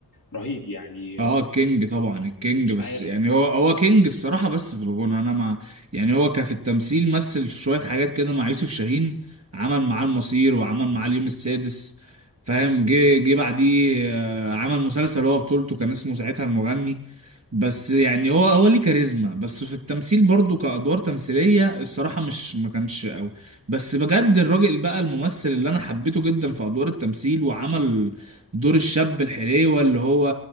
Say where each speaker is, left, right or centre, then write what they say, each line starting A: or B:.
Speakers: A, on the left; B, on the right.
A: رهيب يعني
B: اه كينج
A: آه،
B: طبعا الكينج
A: مش
B: بس
A: عارف
B: يعني هو هو كينج الصراحة بس في الغنى انا مع يعني هو كان في التمثيل مثل في شوية حاجات كده مع يوسف شاهين عمل معاه المصير وعمل معاه اليوم السادس فاهم جه جه بعديه آه، عمل مسلسل هو بطولته كان اسمه ساعتها المغني بس يعني هو هو ليه كاريزما بس في التمثيل برضو كأدوار تمثيلية الصراحة مش ما كانش قوي بس بجد الراجل بقى الممثل اللي انا حبيته جدا في أدوار التمثيل وعمل دور الشاب الحليوة اللي هو